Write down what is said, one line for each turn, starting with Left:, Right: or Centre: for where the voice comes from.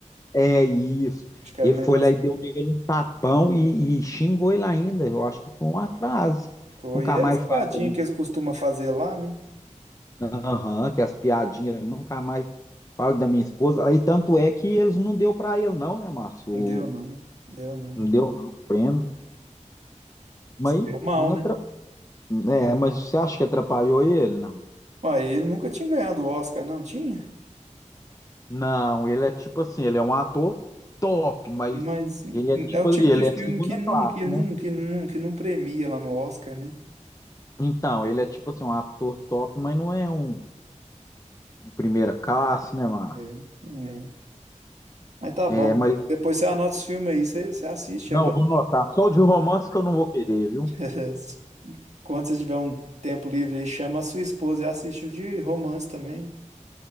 Left: É isso.
Right: Acho que era
Left: Ele
Right: um
Left: foi
Right: negócio
Left: lá e deu nele um tapão e, e xingou ele ainda. Eu acho que foi uma frase.
Right: que foi.
Left: Nunca
Right: E é
Left: mais
Right: as piadinhas
Left: fale da minha.
Right: que eles costumam fazer lá, né?
Left: Aham, que as piadinhas nunca mais falam da minha esposa. Aí tanto é que eles não deu pra ele não, né, Márcio?
Right: Não
Left: O-
Right: deu, não. Deu, não.
Left: Não deu não o prêmio. Mas
Right: Se deu mal,
Left: não
Right: né?
Left: atra- é, mas você acha que atrapalhou ele? Não.
Right: Ó, ele nunca tinha ganhado o Oscar, não tinha?
Left: Não, ele é tipo assim, ele é um ator top, mas
Right: Mas
Left: ele é tipo
Right: é o tipo
Left: ali,
Right: de
Left: ele
Right: filme
Left: é segunda
Right: que nunca,
Left: classe,
Right: que nunca,
Left: né?
Right: que nunca, que não premia lá no Oscar, né?
Left: Então, ele é tipo assim, um ator top, mas não é um, um primeira classe, né, Márcio?
Right: É, não é. Mas tá
Left: É,
Right: bom, Rodrigo.
Left: mas
Right: Depois você anota os filmes aí, você, você assiste,
Left: não,
Right: é bom.
Left: vou notar. Só o de romance que eu não vou querer, viu?
Right: <laughs> Quando você tiver um tempo livre aí, chama a sua esposa e assiste o de romance também.